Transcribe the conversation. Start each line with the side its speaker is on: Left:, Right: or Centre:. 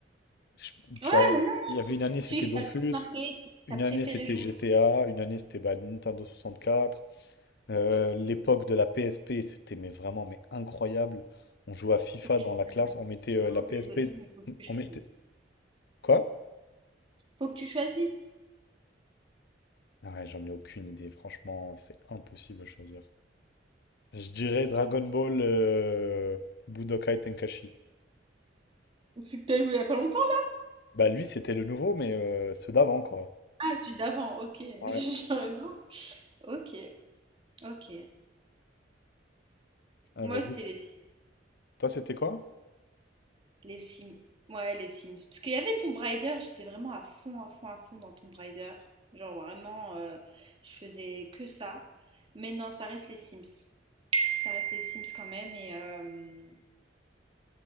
Left: je-
Right: Ouais,
Left: Tu vois,
Right: mais non,
Left: il y avait une année, c'était
Right: celui qui
Left: Dofus.
Right: t'a le plus marqué, celui que
Left: Une
Right: t'as préféré
Left: année, c'était
Right: jouer,
Left: GTA. Une année, c'était bah, Nintendo 64. Euh, l'époque de la PSP, c'était mais vraiment mais incroyable. On jouait à FIFA
Right: faut que tu
Left: dans la classe,
Right: choisisses.
Left: on mettait
Right: Je suis
Left: euh,
Right: vraiment
Left: la
Right: désolée,
Left: PSP,
Right: mais faut que tu
Left: on mettait
Right: choisisses.
Left: quoi?
Right: Faut que tu choisisses.
Left: Ah ouais, j'en ai aucune idée, franchement, c'est impossible à choisir. Je dirais Dragon Ball euh, Budokai Tenkaichi.
Right: Celui que t'as joué il y a pas longtemps, là?
Left: Bah lui, c'était le nouveau, mais euh, ceux d'avant quoi.
Right: Ah, celui d'avant, ok. <laughs>
Left: Ouais,
Right: J'aurais bien. Ok, ok.
Left: Ah,
Right: Moi,
Left: vas-y.
Right: c'était les Sims.
Left: Toi, c'était quoi?
Right: Les Sims. Ouais, les Sims. Parce qu'il y avait Tomb Raider, j'étais vraiment à fond, à fond, à fond dans Tomb Raider. Genre vraiment, euh, je faisais que ça. Mais non, ça reste les Sims. Ça reste les Sims quand même. Et, euh,